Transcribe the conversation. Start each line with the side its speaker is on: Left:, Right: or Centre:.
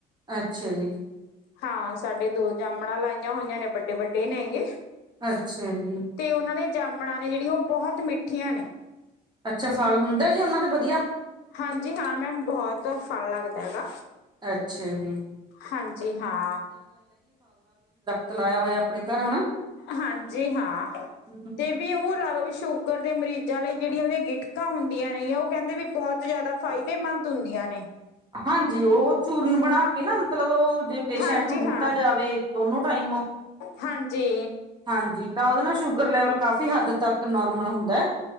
Right: ਅੱਛਾ ਜੀ।
Left: ਹਾਂ ਸਾਡੇ ਦੋ ਜਾਮਣਾ ਲਾਈਆਂ ਹੋਈਆਂ ਨੇ ਵੱਡੇ-ਵੱਡੇ ਨੇ ਹੈਗੇ।
Right: ਅੱਛਾ ਜੀ
Left: ਤੇ ਉਹਨਾਂ ਨੇ ਜਾਮਣਾਂ ਨੇ ਜਿਹੜੀਆਂ ਉਹ ਬਹੁਤ ਮਿੱਠੀਆਂ ਨੇ।
Right: ਅੱਛਾ ਫਲ ਹੁੰਦਾ ਜੀ ਉਹਨਾਂ ਦੇ ਵਧੀਆ
Left: ਹਾਂਜੀ ਹਾਂ ਮੈਮ ਬਹੁਤ ਫਲ ਲੱਗਦਾ ਹੈਗਾ
Right: ਅੱਛਾ ਜੀ
Left: ਹਾਂਜੀ ਹਾਂ।
Right: ਤਲਾਇਆ ਹੋਇਆ ਆਪਣੇ ਘਰ ਹਨਾ।
Left: ਹਾਂਜੀ ਹਾਂ
Right: ਹਮ
Left: ਤੇ ਵੀ ਉਹ ਲਾ ਲਓ ਵੀ। ਸ਼ੂਗਰ ਦੇ ਮਰੀਜ਼ਾਂ ਲਈ ਜਿਹੜੀਆਂ ਉਹਦੀਆਂ ਗਿਟਕਾਂ ਹੁੰਦੀਆਂ ਨੇ ਉਹ ਕਹਿੰਦੇ ਵੀ ਬਹੁਤ ਜ਼ਿਆਦਾ ਫਾਇਦੇਮੰਦ ਹੁੰਦੀਆਂ ਨੇ।
Right: ਹਾਂਜੀ ਉਹ ਚੂਰਨ ਬਣਾ ਕੇ ਨਾ ਮਤਲਬ ਉਹ ਜੇ ਪੇਸ਼ੈਂਟ
Left: ਹਾਂਜੀ
Right: ਨੂੰ ਦਿੱਤਾ
Left: ਹਾਂ
Right: ਜਾਵੇ। ਦੋਨੋ ਟਾਈਮ
Left: ਹਾਂਜੀ।
Right: ਹਾਂਜੀ ਤਾਂ ਉਹਦੇ ਨਾਲ ਸ਼ੂਗਰ ਲੈਵਲ ਕਾਫੀ ਹੱਦ ਤੱਕ ਨੋਰਮਲ ਹੁੰਦਾ ਹੈ।